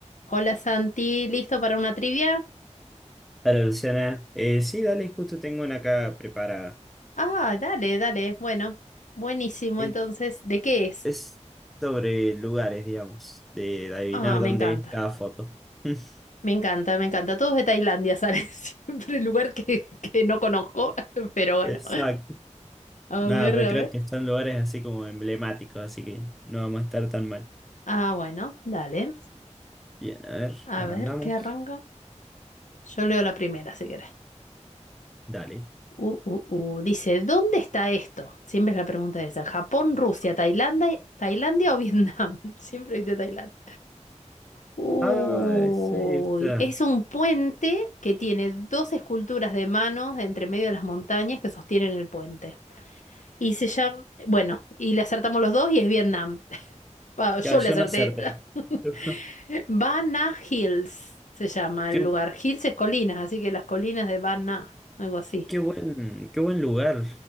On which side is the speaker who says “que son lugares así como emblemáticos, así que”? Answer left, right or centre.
Centre